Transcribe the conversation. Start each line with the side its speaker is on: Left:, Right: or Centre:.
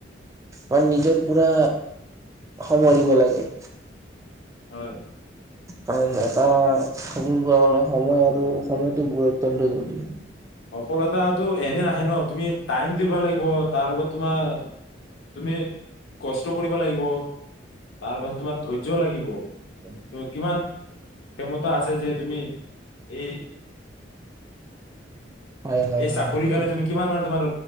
Right: আৰু নিজৰ পোৰা সময় দিব লাগে।
Left: হয়।
Right: তাৰ এটা সপোন মনে সময় আৰু সময়টো বৰ অতন্ত জৰুৰী।
Left: সফলতাটো এনে নাহে ন তুমি টাইম দিব লাগিব অলপ তোমাৰ তুমি কষ্ট কৰিব লাগিব। তাৰ পাছত তোমাৰ ধৰি। য্য লাগিব
Right: কোনো ধ্বনি
Left: ত কিমান
Right: নাই। <unintelligible>
Left: ক্ষমতা আছে যে তুমি এই।
Right: হয় হয়
Left: এই
Right: হয়
Left: চাকৰি
Right: হয় সেইটো
Left: কাৰনে
Right: হয়।
Left: তুমি কিমান আৰু তোমাৰ।